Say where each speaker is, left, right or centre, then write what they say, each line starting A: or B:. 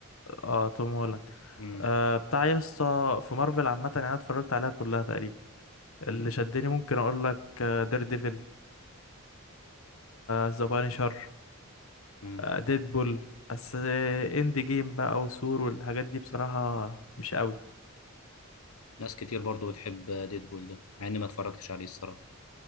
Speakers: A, on the left; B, on the left.
A: اه توم هولاند
B: امم
A: آه بتاع يا اسطى في مارفل عامه يعني انا اتفرجت عليها كلها تقريبا اللي
B: امم
A: شدني ممكن اقول لك دير ديفل ذا بانشر
B: امم
A: ديدبول بس اند جيم بقى وسور والحاجات دي بصراحة مش قوي
B: ناس كتير برضو بتحب ديدبول ده مع اني ما اتفرجتش عليه الصراحه